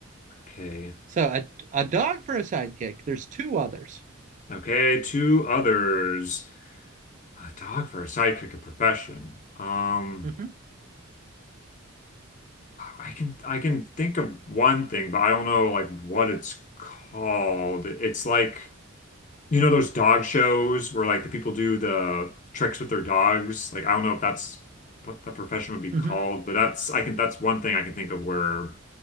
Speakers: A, on the left; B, on the right.
A: Okay.
B: So a a dog for a sidekick. There's two others.
A: Okay, two others. A dog for a sidekick, a profession. Um,
B: Mhm.
A: I can I can think of one thing, but I don't know like what it's called. It's like you know those dog shows where like the people do the tricks with their dogs. Like I don't know if that's what the profession would be called,
B: hmm
A: but that's I can that's one thing I can think of where